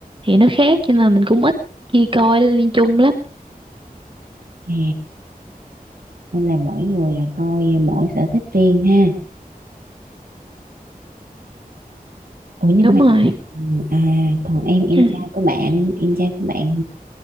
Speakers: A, on the right; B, on the right.
A: thì nó khác cho nên là mình cũng ít khi coi liên chung lắm
B: à, nên là mỗi người là coi à, mỗi sở thích riêng ha Ủa nhưng
A: đúng
B: mà
A: rồi
B: à còn em em
A: <clears throat> Ừ.
B: trai của bạn em trai của bạn